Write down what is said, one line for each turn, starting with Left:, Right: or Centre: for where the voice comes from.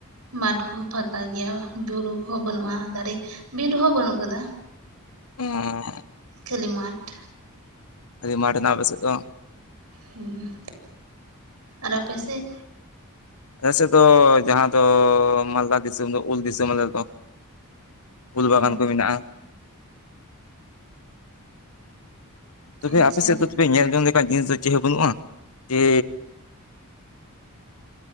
Right: ᱢᱟᱴᱷ ᱠᱚᱦᱚᱸ ᱯᱷᱟᱸᱠᱟ ᱜᱮᱭᱟ, ᱵᱩᱨᱩ ᱠᱚᱦᱚᱸ ᱵᱟᱹᱱᱩᱜᱼᱟ, ᱫᱟᱨᱮ ᱵᱤᱨ ᱦᱚᱸ ᱵᱟᱹᱱᱩᱜ ᱠᱟᱫᱟ᱾
Left: <unintelligible>
Right: ᱠᱷᱟᱹᱞᱤ ᱢᱟᱴᱷ᱾
Left: ᱠᱷᱟᱹᱞᱤ ᱢᱟᱴᱷ ᱦᱮᱱᱟᱜᱼᱟ ᱟᱯᱮ ᱥᱮᱫ ᱫᱚ?
Right: ᱦᱩᱸ᱾ ᱟᱨ ᱟᱯᱮ ᱥᱮᱫ?
Left: ᱟᱞᱮ ᱥᱮᱫ ᱫᱚ ᱡᱟᱦᱟᱸ ᱫᱚ ᱢᱟᱞᱫᱟ ᱫᱤᱥᱚᱢ ᱫᱚ ᱩᱞ ᱫᱤᱥᱚᱢ ᱟᱞᱮ ᱫᱚ᱾ ᱩᱞ ᱵᱟᱜᱟᱱ
Right: ᱚ
Left: ᱠᱚ ᱢᱮᱱᱟᱜᱼᱟ᱾ ᱛᱚᱵᱮ
Right: ᱟᱪᱪᱷᱟ
Left: ᱟᱯᱮ ᱥᱮᱫ ᱫᱚ ᱛᱚᱵᱮ ᱧᱮᱞ ᱡᱚᱝ ᱞᱮᱠᱟᱱᱟᱜ ᱡᱤᱱᱤᱥ ᱫᱚ ᱪᱮᱫ ᱦᱚᱸ ᱵᱟᱹᱱᱩᱜᱼᱟ? ᱡᱮ